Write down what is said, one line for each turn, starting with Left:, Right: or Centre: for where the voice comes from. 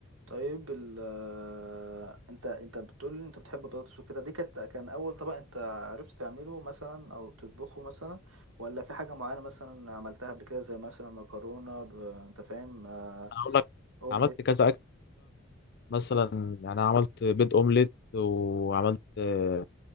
Right: طيب ال آه، انت انت بتقول لي انت بتحب البطاطس وكده دي كانت كان اول طبق انت عرفت تعمله مثلا او تطبخه مثلا ولا في حاجة معينة مثلا عملتها قبل كده زي مثلا مكرونة ب... انت فاهم آه...
Left: انا هقول لك
Right: اومليت
Left: عملت كذا اكل مثلا يعني أنا عملت بيض اومليت وعملت آه،